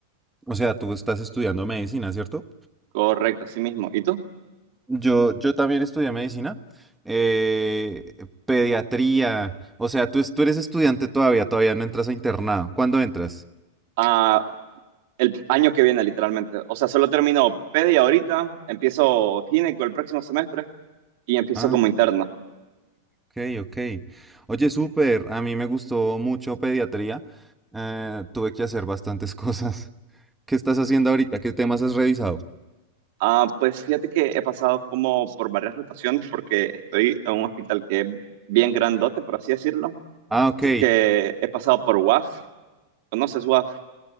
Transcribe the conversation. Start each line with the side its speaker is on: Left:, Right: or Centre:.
Centre: O sea, tú estás estudiando medicina, ¿cierto?
Right: Correcto, así mismo. ¿Y tú?
Centre: Yo, yo también estudié medicina, eh, pediatría, o sea, tú, es- tú eres estudiante todavía, todavía no entras a internado. ¿Cuándo entras?
Right: Ah, el año que viene literalmente. O sea, solo termino pedia ahorita, empiezo gineco el próximo semestre y empiezo
Centre: Ah.
Right: como interno.
Centre: Ok, ok. Oye, súper, a mí me gustó mucho pediatría. eh, tuve que hacer bastantes cosas. <laughs> ¿Qué estás haciendo ahorita? ¿Qué temas has revisado?
Right: Ah, pues fíjate que he pasado como por varias rotaciones porque estoy en un hospital que es bien grandote, por así decirlo.
Centre: Ah, ok.
Right: Así que he pasado por UAF. ¿Conoces UAF?